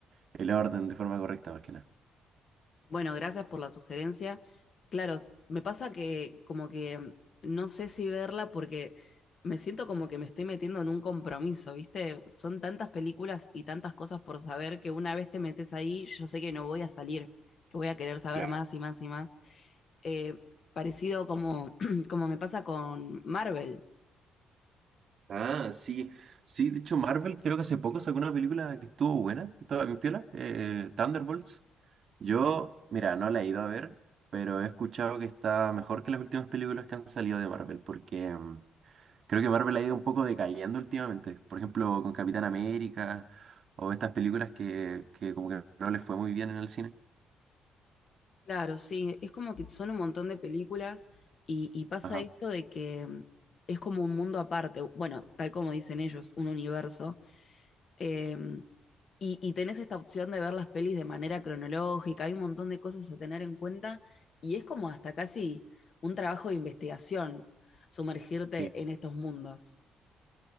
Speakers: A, on the right (about 55°); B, on the left (about 50°).
A: el orden de forma correcta más que nada.
B: Bueno, gracias por la sugerencia. Claro, s- me pasa que como que mm, no sé si verla porque me siento como que me estoy metiendo en un compromiso, ¿viste? Son tantas películas y tantas cosas por saber que una vez te metes ahí, yo sé que no voy a salir, que voy a querer saber
A: Claro.
B: más y más y más. Eh, parecido como, <clears throat> como me pasa con Marvel.
A: Ah, sí, sí, de hecho Marvel creo que hace poco sacó una película que estuvo buena, que estaba bien piola, eh, eh, Thunderbolts. Yo, mira, no la he ido a ver, pero he escuchado que está mejor que las últimas películas que han salido de Marvel, porque mm, Creo que Marvel ha ido un poco decayendo últimamente. Por ejemplo, con Capitán América o estas películas que, que como que no les fue muy bien en el cine.
B: Claro, sí, es como que son un montón de películas y, y pasa
A: Ajá.
B: esto de que mm, es como un mundo aparte, bueno, tal como dicen ellos, un universo, eh, y, y tenés esta opción de ver las pelis de manera cronológica, hay un montón de cosas a tener en cuenta y es como hasta casi un trabajo de investigación sumergirte
A: Sí.
B: en estos mundos.